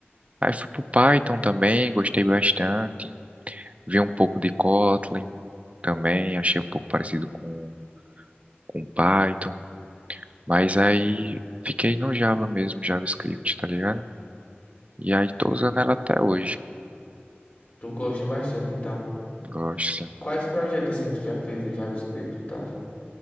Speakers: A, on the right; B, on the left.
A: Aí fui pro Python também, gostei bastante. Vi um pouco de Kotlin também, achei um pouco parecido com, com Python. Mas aí fiquei no Java mesmo, JavaScript, tá ligado? E aí tô
B: Hum,
A: usando ela até hoje.
B: Tu gosta bastante, então.
A: Gosto sim.
B: Quais projetos assim tu já fez em JavaScript e tal?